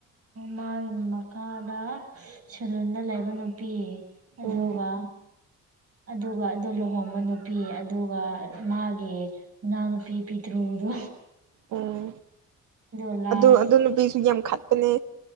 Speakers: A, on the right (about 50°); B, on the right (about 80°).
A: ꯃꯥꯒꯤ ꯃꯈꯥꯗ ꯁꯦꯂꯨꯟꯗ ꯂꯩꯕ ꯅꯨꯄꯤ ꯑꯗꯨꯒ
B: ꯎꯝ
A: ꯑꯗꯨꯒ ꯑꯗꯨ ꯂꯨꯍꯣꯡꯕ ꯅꯨꯄꯤ ꯑꯗꯨꯒ ꯃꯥꯒꯤ ꯅꯥꯟ ꯄꯤ ꯄꯤ ꯇꯔꯣꯗꯨ
B: ꯎꯝ
A: ꯂꯥꯁ
B: ꯑꯗꯨ ꯑꯗꯨ ꯅꯨꯄꯤꯁꯨ ꯌꯥꯝ ꯈꯠꯄꯅꯦ꯫